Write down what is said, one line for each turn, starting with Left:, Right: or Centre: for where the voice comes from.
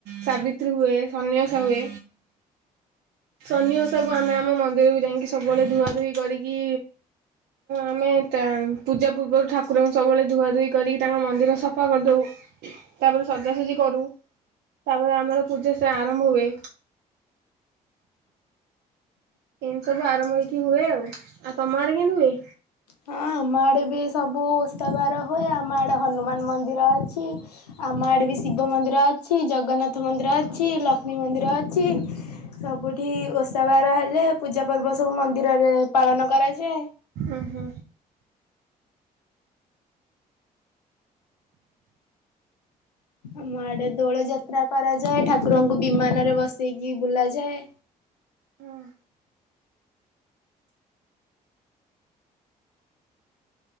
Right: ସାବିତ୍ରୀ ହୁଏ ସନି ଓଷା ହୁଏ। ଶନି ଓଷାକୁ ଆମେ ଆମ ମନ୍ଦିରକୁ ଯାଇକି ସବୁବେଳେ ଧୁଆ ଧୁଇ କରିକି ଆମେ। ତା ପୂଜା ପୂର୍ବରୁ ଠାକୁରଙ୍କୁ ସବୁବେଳେ ଧୁଆ ଧୋଇ କରିକି ତାଙ୍କ ମନ୍ଦିର ସଫା କରିଦଉ। ତାପରେ ସଜାସଜି କରୁ। ତାପରେ ଆମର ପୂଜା ସେ ଆରମ୍ଭ ହୁଏ। ଏମିତି ସବୁ ଆରମ୍ଭ ହେଇକି ହୁଏ ଆଉ ଆଉ ତମ ଆଡେ କେମତି ହୁଏ?
Left: ହଁ ଆମ ଆଡ଼େ ବି ସବୁ ଓଷାବାର ହୁଏ ଆମ ଆଡ଼େ ହନୁମାନ ମନ୍ଦିର ଅଛି ଆମ ଆଡ଼େ ବି ଶିବ ମନ୍ଦିର ଅଛି ଜଗନ୍ନାଥ ମନ୍ଦିର ଅଛି ଲକ୍ଷ୍ମୀ ମନ୍ଦିର ଅଛି ସବୁଠି ଓଷାବାର ହେଲା। ପୂଜା ପର୍ବ ସବୁ ମନ୍ଦିରରେ ପାଳନ କରାଯାଏ।
Right: ହୁଁ ହୁଁ
Left: ଆମ ଆଡେ ଦୋଳ ଯାତ୍ରା କରାଯାଏ ଠାକୁରଙ୍କୁ ବିମାନରେ ବସେଇକି ବୁଲା ଯାଏ।
Right: ହଁ